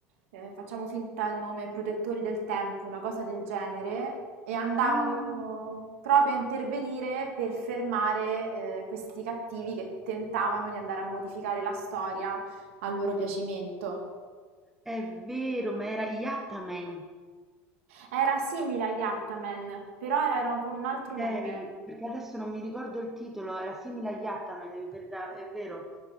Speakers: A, on the right; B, in the centre.
A: eh, facciamo finta il nome, protettori del tempo, una cosa del genere, e andavano
B: Ah,
A: proprio a intervenire per fermare, eh, questi cattivi che tentavano di andare a modificare la storia a loro piacimento.
B: È vero, ma era Yattaman,
A: Era simile agli Ataman, però era, era con un altro
B: okay,
A: nome.
B: perché adesso non mi ricordo il titolo, era simile a Yattaman, è verda- è vero,